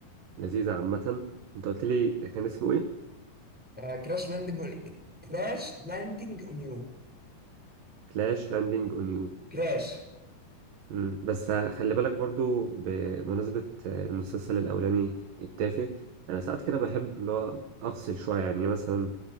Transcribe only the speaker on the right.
لذيذة عامة انت قلت لي كان اسمه ايه؟
كلاش لاندنج اون يو
مم. بس خلي بالك برضو بمناسبة المسلسل الأولاني التافه أنا ساعات كده بحب اللي هو أفصل شوية يعني مثلا